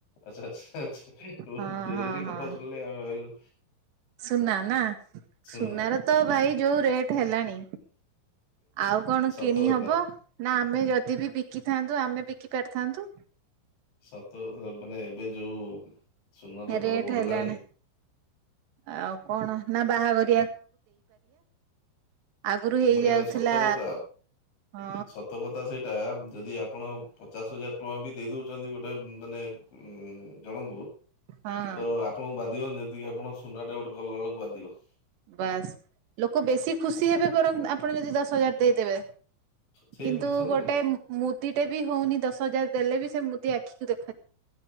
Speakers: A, on the left; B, on the right.
A: ଆଚ୍ଛା ଆଛା ଆଛା ଓ
B: ହଁ
A: ଜୁଏଲେରୀ
B: ହଁ
A: କଥା
B: ହଁ
A: ଶୁଣିଲେ ଆମେ ଭାବିଲୁ
B: ସୁନା ନା
A: ସୁନା
B: ସୁନାର ତ ଭାଇ ଯୋଉ ରେଟ ହେଲାଣି ଆଉ କଣ
A: ସତ
B: କିଣି ହବ
A: କଥା
B: ନା ଆମେ ଯଦି ବି ବିକିଥାନ୍ତ ଆମେ ବିକି ପାରିଥାନ୍ତୁ।
A: ସତ ମାନେ ଏବେ ଯୋଉ ସୁନାର
B: ରେଟ୍
A: ଦର ବଢ଼ିଲାଣି।
B: ହେଲାଣି ଆଉ କଣ ନା ବାହାଘର। ଆଗରୁ ହେଇଯାଉଥିଲା
A: ମାନେ ସତକଥା।
B: ହଁ
A: ସତକଥା ସେଇଟା ଯଦି ଆପଣ ପଚାଶ ହଜାର ଟଙ୍କା ବି ଦେଇଦଉ ଛନ୍ତି ଗୋଟେ ମାନେ ଜଣଙ୍କୁ ତ
B: ହଁ
A: ଆପଣଙ୍କୁ ବା ଧିବନି ଯେତିକି ଆପଣ ସୁନାରେ ଗୋଟେ କଲା ବେଳକୁ ବାଧିବ।
B: ବାସ୍ ଲୋକ ବେଶୀ ଖୁସି ହେବେ ବରଂ ଆପଣ ଯଦି ଦଶ ହଜାର। ଦେଇଦେବେ
A: ସେଇ
B: କିନ୍ତୁ
A: ଜିନିଷ ନା
B: ଗୋଟେ ମୁଦିଟେ ବି ହଉନି ଦଶ ହଜାର ଦେଲେ ବି। ସେ ମୁଦି ଆଖିକୁ ଦେଖ